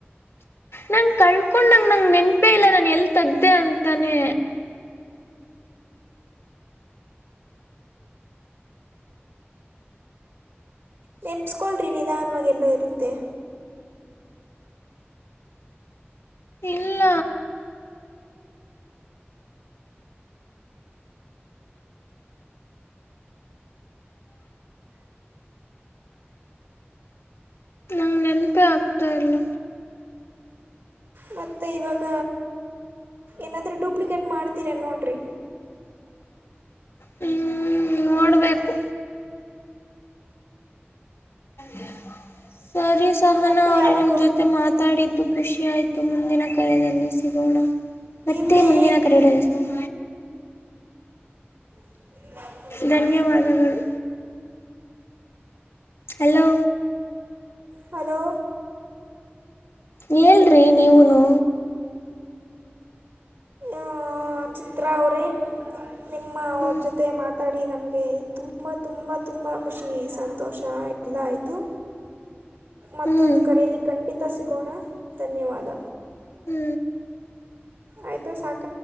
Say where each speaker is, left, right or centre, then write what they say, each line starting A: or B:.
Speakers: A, on the left (about 75°); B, on the right (about 60°).
A: ನಂಂಗ ಕಳ್ಕೊಂಡಂಗ ನಂಗ ನೆನ್ಪೆ ಇಲ್ಲ ನಾನ ಎಲ್ ತದ್ದೆ ಅಂತಾನೆ
B: ನೆನಪಸ್್ಕೊಳ್ರಿ ನಿಧ ಅನ್ವಾಗೆಲ್ಲೋ ಇರುತ್ತೆ
A: ಇಲ್ಲ ನಂ ನೆನಪೇ ಆಗ್ತಾ ಇಲ್ಲ
B: ಮ ಇವಾಗ ಏನಾದ್ರೂ ಡೂಪ್ಲಿಕೇಟ್ ಮಾಡ್ತೀರ ನೋಡ್ರಿ
A: ಹ್ಮ್ ನೋಡ್ಬೇಕು ಹ ಸರಿ ಸಹನ
B: ಮತ್ತೆ
A: ಅವ್ರೇ
B: ಯಾವಾಗೋ
A: ನಿಮ್ ಜೊತೆ ಮಾತಾಡಿದ್ದು ಖುಷಿ ಆಯ್ತು ಮುಂದಿನ ಕರೆದಲ್ಲಿ ಸಿಗೋಣ ಮತ್ತೆ
B: ಇರ್ರಿ
A: ಮುಂದಿನ ಕರಡ ಸಿಗೋಣ
B: ಹ್ಮ
A: ಧನ್ಯವಾದಗಳು ಹಲೋ
B: ಹಲೋ
A: ಹೇಳಏ್ರಿ ನೀವುನು
B: ಆ ಚಿತ್ರ ಅವರೇ ನಿಮ್ಮ ಅವ್ರ
A: ಹ್ಞೂ
B: ಜೊತೆ ಮಾತಾಡಿ ನಮ್ಗೆ ತುಂಬಾ ತುಂಬಾ ತುಂಬಾ ಖುಷಿ ಸಂತೋಷ ಎಲ್ಲ ಆಯ್ತು ಮತ್ತೊಂದು
A: ಹ್ಞೂ
B: ಕರೆಯಲ್ಲಿ ಖಂಡಿತ ಸಿಗೋಣ ಧನ್ಯವಾದ
A: ಹ್ಮ್
B: ಆಯ್ತಾ ಸಾಕ